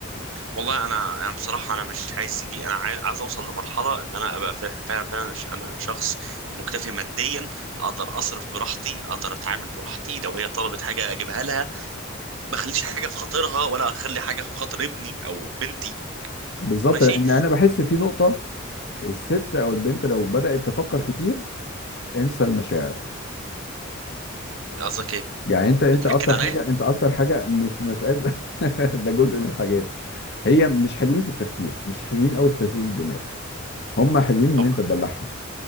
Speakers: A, on the right (about 75°); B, on the left (about 55°).
A: والله انا انا بصراحه انا مش عايز يجي انا عايز عايز اوصل لمرحله ان انا ابقى فع- فعلا فعلا ش- انا شخص مكتفي ماديا اقدر اصرف براحتي اقدر اتعامل براحتي لو هي طلبت حاجه اجيبها لها ما اخليش حاجه في خاطرها ولا اخلي حاجه في خاطر ابني او بنتي
B: بالظبط
A: ماشي
B: لان انا بحس في نقطه الست او البنت لو بدأت تفكر كتير انسى المشاعر
A: قصدك ايه
B: يعني انت انت
A: بتنكد
B: اكتر
A: عليا
B: حاجه انت اكتر حاجه مش مسألة <laughs> ده جزء من الحاجات هي مش حلوين في التفكير مش حلوين قوي في تشغيل الدماغ هم حلوين ان
A: أم-
B: انت تدلعهم